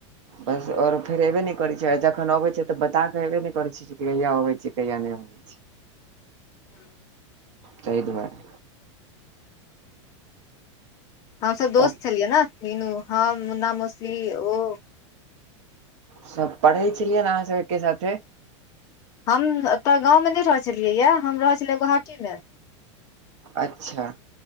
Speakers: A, on the right (about 70°); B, on the left (about 20°).
A: बस और फेर एबे नै करै छय आ जखन अबे छै तऽ बता के एबे नै करय छै कहिया अबै छि कहिया नै अबै छि
B: <inaudible>
A: तय दुवारे
B: हमसब दोस्त
A: तब
B: छलियै न मीनु हम मुन्ना मौसी ओ
A: सभ पढ़ै छलियै न अहाँ सब एक्के साथे
B: हम ओतऽ गाँवमे नै रहै छलियै याऽ हम रहै छलियै गोवहाटी मे
A: अच्छा